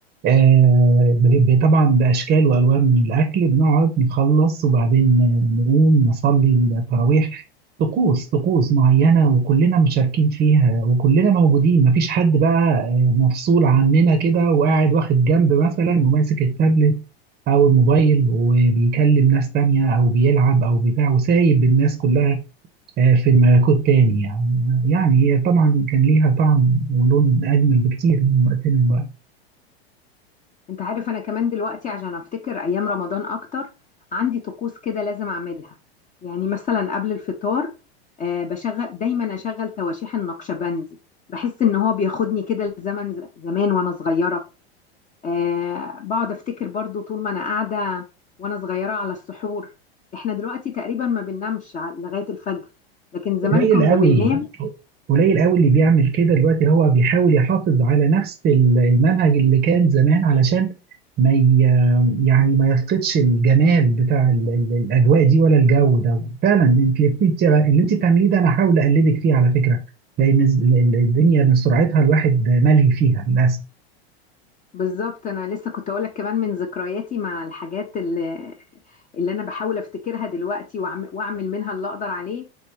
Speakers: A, on the right (about 30°); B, on the left (about 25°).
A: آه، ب- ب- طبعا بأشكال وألوان من الأكل بنقعد نخلص وبعدين آه، نقوم نصلي التراويح طقوس طقوس معينة وكلنا مشاركين فيها وكلنا موجودين مفيش حد بقى مفصول عننا كده وقاعد واخد جنب مثلا وماسك التابلت او الموبايل وبيكلم ناس تانية او بيلعب او بتاع وسايب الناس كلها آه، في الملكوت تاني يعني يعني هي طبعا كان ليها طعم ولون اجمل بكتير من وقتنا دلوقتي
B: انت عارف انا كمان دلوقتي عشان افتكر ايام رمضان اكتر عندي طقوس كده لازم اعملها يعني مثلا قبل الفطار آه، بشغل دايما اشغل تواشيح النقشبندي بحس ان هو بياخدني كده لزمن زمان وانا صغيرة آه بقعد افتكر برضو طول ما انا قاعده وانا صغيره على السحور احنا دلوقتي تقريبا ما بننامش ع- لغايه الفجر لكن زمان
A: قليل
B: كنا
A: قوي
B: بننام
A: قليل قوي اللي بيعمل كده دلوقتي هو بيحاول يحافظ على نفس ال- المنهج اللي كان زمان علشان ما ي... يعني ما يفقدش الجمال بتاع ال... ال- الاجواء دي ولا الجو ده فعلا انت اللي بت- اللي انت بتعمليه ده انا هحاول اقلدك فيه على فكره لان الز- ال- ال- الدنيا من سرعتها الواحد ملهي فيها للاسف
B: بالظبط انا لسه كنت اقولك كمان من ذكرياتي مع الحاجات اللي, اللي انا بحاول افتكرها دلوقتي وأعم- واعمل منها اللي اقدر عليه